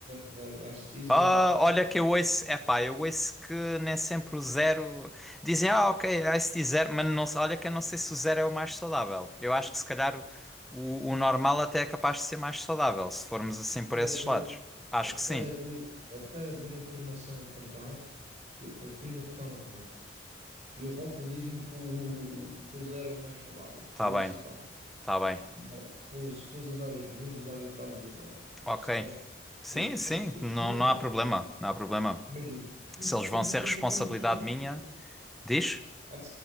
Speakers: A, on the right (about 35°); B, in the centre.
A: zero, ICT zero.
B: Ah, olha que eu ouço, epá, eu ouço que nem sempre o zero. Dizem, ah, ok, ICT zero, mas não, se- olha que eu não sei se o zero é o mais saudável. Eu acho que se calhar o, o o normal até é capaz de ser mais saudável, se formos assim por
A: Até
B: esses
A: haver,
B: lados. Acho
A: até
B: que sim.
A: haver, até haver informação em contrário, eu confio no que está no rótulo. E o rótulo diz-me que o, que o zero é o mais saudável. Por
B: Tá
A: isso,
B: bem,
A: pá.
B: tá bem.
A: Bem, pois, Se fores a dar aos miúdos, dá-lhe- dá-lhes o zero, pá.
B: Ok.
A: Se conseguires,
B: Sim,
A: se
B: sim,
A: conseguires.
B: não,
A: Se Não,
B: não
A: olha,
B: há problema, não há problema.
A: imagina, isto
B: Se eles
A: tudo
B: vão ser
A: se não
B: responsabilidade
A: for grande esforço
B: minha,
A: para ti.
B: diz?
A: É Assim,